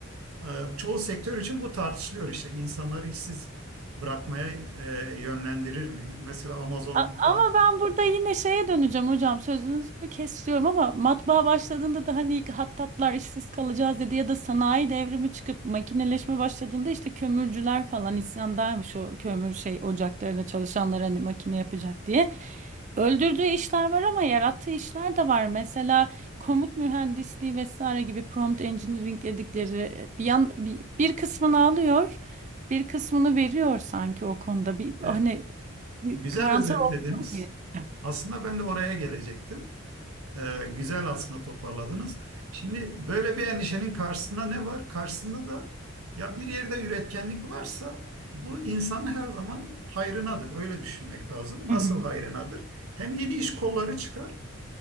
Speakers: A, on the right; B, on the right.
A: E, Çoğu sektör için bu tartışılıyor işte. İnsanları işsiz bırakmaya e, yönlendirir mi? Mesela Amazon'da
B: A- Ama ben burada yine şeye döneceğim hocam sözünüzü kesiyorum ama matbaa başladığında da hani ilk hattatlar işsiz kalacağız dedi ya da sanayi devrimi çıkıp makineleşme başladığında işte kömürcüler falan isyandaymış o kömür şey ocaklarında çalışanlar hani makine yapacak diye. Öldürdüğü işler var ama yarattığı işler de var. Mesela komut mühendisliği vesaire gibi prompt engineering dedikleri e, bir yan bir, bir kısmını alıyor, bir kısmını veriyor sanki o konuda. Bir hani
A: e, güzel
B: karamsar
A: özetlediniz.
B: Yes.
A: Aslında ben de oraya gelecektim. Ee, güzel aslında toparladınız. Şimdi böyle bir endişenin karşısında ne var? Karşısında da ya bir yerde üretkenlik varsa bu insanın her zaman hayrınadır. Öyle düşünmek lazım. Nasıl
B: Hı hı.
A: hayrınadır? Hem yeni iş kolları çıkar